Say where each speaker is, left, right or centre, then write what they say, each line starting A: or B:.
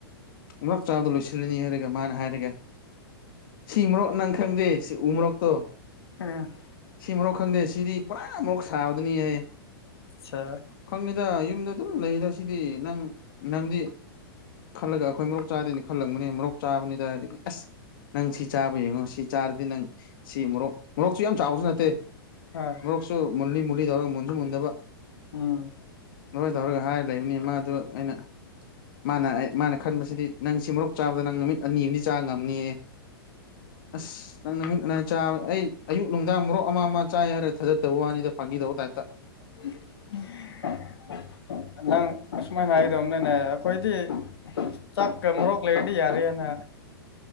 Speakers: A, on the left; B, on the left.
A: ꯑꯃꯨꯔꯛ ꯆꯥꯕꯗ ꯂꯣꯏꯁꯤꯜꯂꯅꯤ ꯍꯥꯏꯔꯒ ꯃꯥꯅ ꯍꯥꯏꯔꯒ ꯁꯤ ꯃꯣꯔꯣꯛ ꯅꯪ ꯈꯪꯗꯦ ꯁꯤ ꯎꯃꯣꯔꯣꯛꯇꯣ
B: ꯑꯥ <unintelligible>
A: ꯁꯤ ꯃꯣꯔꯣꯛ ꯈꯪꯗꯦ ꯁꯤꯗꯤ ꯄꯨꯔꯥ ꯃꯣꯔꯣꯛ ꯁꯥꯕꯗꯨꯅꯤ ꯑꯦ
B: ꯑꯠꯆꯥ
A: ꯈꯪꯉꯤꯗ ꯌꯨꯝꯗ ꯑꯗꯨꯝ ꯂꯩꯔ ꯁꯤꯗꯤ ꯅꯪ ꯅꯪꯗꯤ ꯈꯜꯂꯒ ꯑꯩꯈꯣꯏ ꯃꯣꯔꯣꯛ ꯆꯥꯗꯦꯅ ꯈꯜꯂꯝꯕꯅꯤ ꯃꯣꯔꯣꯛ ꯆꯥꯕꯅꯤꯗ ꯍꯥꯏꯗꯤ ꯑꯁ ꯅꯪ ꯁꯤ ꯆꯥꯕ ꯌꯦꯡꯉꯣ ꯁꯤ ꯆꯥꯔꯗꯤ ꯅꯪ ꯁꯤ ꯃꯣꯔꯣꯛ ꯃꯣꯔꯣꯛꯁꯨ ꯌꯥꯝ ꯆꯥꯎꯕꯁꯨ ꯅꯠꯇꯦ
B: ꯍꯥ <unintelligible>
A: ꯃꯣꯔꯣꯛꯁꯨ ꯃꯨꯜꯂꯤ ꯃꯨꯜꯂꯤ ꯇꯧꯔꯒ ꯃꯨꯟꯁꯨ ꯃꯨꯟꯗꯕ
B: ꯎꯝ
A: ꯃꫭꯏ ꯇꯧꯔꯒ ꯍꯥꯏꯔ ꯂꯩꯕꯅꯤ ꯃꯥꯗꯨ ꯑꯩꯅ ꯃꯥꯅ ꯃꯥꯅ ꯈꯟꯕꯁꯤꯗꯤ ꯅꯪ ꯁꯤ ꯃꯣꯔꯣꯛ ꯆꯥꯕꯗ ꯅꯪ ꯅꯨꯃꯤꯠ ꯑꯅꯤ ꯆꯥꯕ ꯉꯝꯅꯤꯌꯦ ꯑꯁ ꯅꯪ ꯅꯃꯤꯠ ꯅꯅꯥꯏ ꯆꯥꯕ ꯑꯩ ꯑꯌꯨꯛ ꯅꯨꯡꯗꯥꯡ ꯃꯣꯔꯣꯛ ꯑꯃ ꯑꯃ ꯆꯥꯏ ꯍꯥꯏꯔꯒ ꯊꯥꯖꯗꯕ ꯋꯥꯅꯤꯗ ꯐꯥꯒꯤ ꯇꯧꯕ ꯇꯥꯏꯞꯇ
B: <unintelligible> ꯅꯪ ꯑꯁꯨꯃꯥꯏꯅ ꯍꯥꯏꯒꯗꯕꯅꯤꯅꯦ ꯑꯩꯈꯣꯏꯗꯤ ꯆꯥꯛꯀ ꯃꯣꯔꯣꯛ ꯂꯩꯔꯗꯤ ꯌꯥꯔꯦꯅ